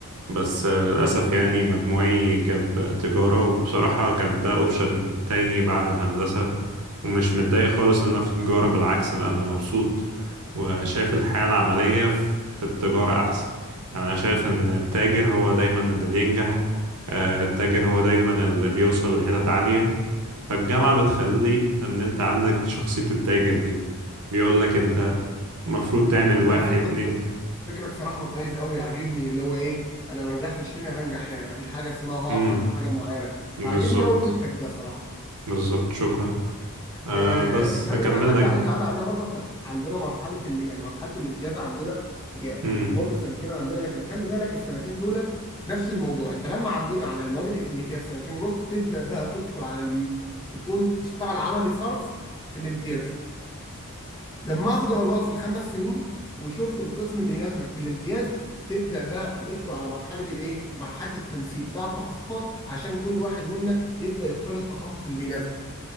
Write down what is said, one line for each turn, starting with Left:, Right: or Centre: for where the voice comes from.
Right: بس للأسف يعني مجموعي جاب تجارة وبصراحة كان ده أوبشن تاني بعد الهندسة ومش متضايق خالص إن أنا في تجارة بالعكس لأ أنا مبسوط وشايف الحياة العملية في التجارة أحسن يعني أنا شايف إن التاجر هو دايما اللي بينجح آه، التاجر هو دايما اللي بيوصل لحتت عالية فالجامعة بتخلي إن أنت عندك شخصية التاجر دي بيقولك أنت المفروض تعمل
Left: لا
Right: واحد
Left: فكرة
Right: اتنين
Left: فكرك صراحة متميز قوي عاجبني اللي هو ايه انا ما نجحتش هنا هنجح هنا مفيش حاجة اسمها هقف
Right: مم،
Left: عند حاجة معينة
Right: بالظبط
Left: فعاجبني قوي فكرك ده صراحة
Right: بالظبط شكرا آه
Left: آه
Right: بس
Left: ثاني
Right: أكمل
Left: بقى حاجة
Right: لك
Left: عايز اعلق عليها برضو احنا عندنا مرحلة اللي يعني مرحلة الامتياز عندنا هي
Right: مم.
Left: بتمر سنتين عندنا لكن خلي بالك السنتين دول نفس الموضوع انت لما عدينا على المواد الاكلينيكية في سنتين ونص تبدأ بقى تدخل على الم... تكون تشتغل عملي صرف في الامتياز جمعت درجات في الخمس سنين وشفت القسم اللي يناسبك في الامتياز تبدأ بقى ندخل على مرحلة الايه؟ مرحلة التنسيق بتاع التخصصات عشان كل واحد منا يبدأ يختار التخصص اللي بيناسبه